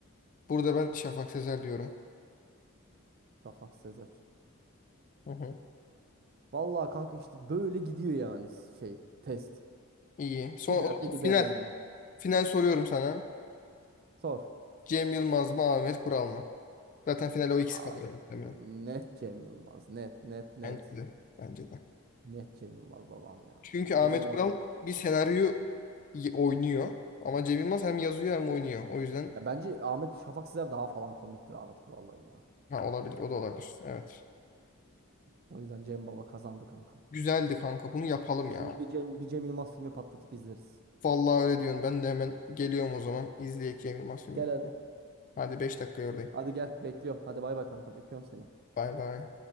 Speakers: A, on the left; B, on the right.
A: Burada ben Şafak Sezer diyorum.
B: Şafak Sezer.
A: Hı hı.
B: Valla kanka işte böyle gidiyor yani şey test.
A: İyi. Son
B: Gider
A: o-
B: de gider
A: final.
B: yani.
A: Final soruyorum sana.
B: Sor.
A: Cem Yılmaz mı Ahmet Kural mı? Zaten finale o ikisi
B: Abi
A: kalıyor. muhtemelen.
B: net Cem Yılmaz. Net net net.
A: Bence de. Bence de.
B: Net Cem Yılmaz babam ya.
A: Çünkü Ahmet
B: Cem Yılmaz.
A: Kural bir senaryo y- oynuyor. Ama Cem Yılmaz hem yazıyor hem oynuyor. O yüzden
B: Ya bence Ahmet Şafak Sezer daha falan komiktir Ahmet Kural'dan ya.
A: ha, olabilir. O da olabilir. Evet.
B: O yüzden Cem Baba kazandı kankam.
A: Güzeldi kanka. Bunu yapalım
B: Şimdi
A: ya.
B: bir Cem, bir Cem Yılmaz filmi patlatıp izleriz.
A: Vallahi öyle diyorsun. Ben de hemen geliyorum o zaman. İzleyek Cem Yılmaz filmini.
B: Gel hadi.
A: Hadi 5 dakika oradayım.
B: Hadi gel bekliyorum. Hadi bay bay kankam öpüyorum seni.
A: Bay bay.